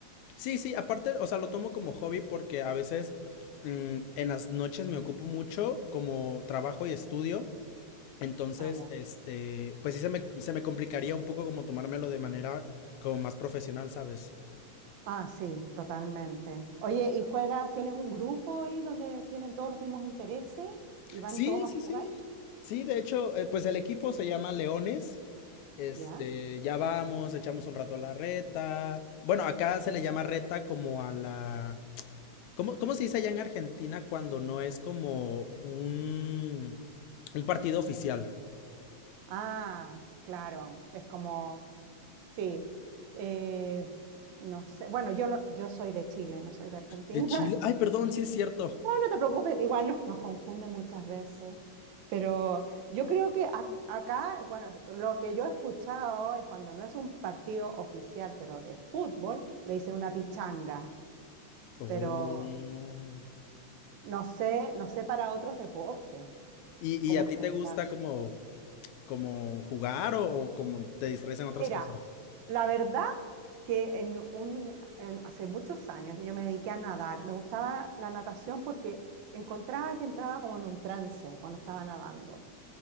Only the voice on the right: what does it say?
Ah, ya.
Ah, sí, totalmente. Oye, ¿y juegas? ¿Tienes un grupo ahí donde tienen todos los mismos intereses y van
todos a
jugar?
¿Ya?
Ah, claro, es como, sí, eh, no sé, bueno, yo no, yo soy de Chile, no soy de Argentina.
<laughs>
No, no te preocupes, igual nos, nos confunden muchas veces, pero yo creo que ac- acá, bueno, lo que yo he escuchado es cuando no es un partido oficial, pero de fútbol, le dicen una pichanga,
pero no sé, no sé para otros deportes,
cómo
se...
llama.
Mira,
la verdad que en un, en- hace muchos años yo me dediqué a nadar. Me gustaba la natación porque encontraba que entraba como en un trance cuando estaba nadando.